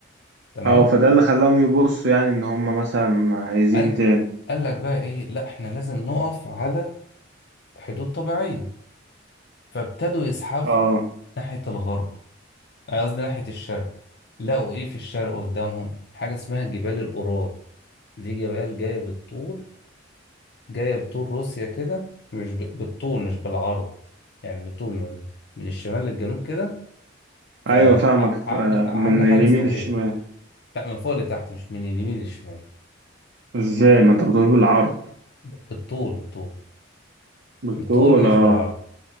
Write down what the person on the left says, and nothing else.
تمام
قال
قال لك بقى ايه لا احنا لازم نقف على حدود طبيعيه فابتدوا يزحفوا
ناحيه الغرب آه، قصدي ناحيه الشرق لقوا ايه في الشرق قدامهم حاجه اسمها جبال الاورال دي جبال جايه بالطول جاية بطول روسيا كده مش ب- بالطول مش بالعرض يعني بالطول من من الشمال للجنوب كده فعاملة
عاملة
حاجز
طبيعي
لا من فوق لتحت مش من اليمين للشمال
ب- بالطول بالطول
بالطول مش
بالعرض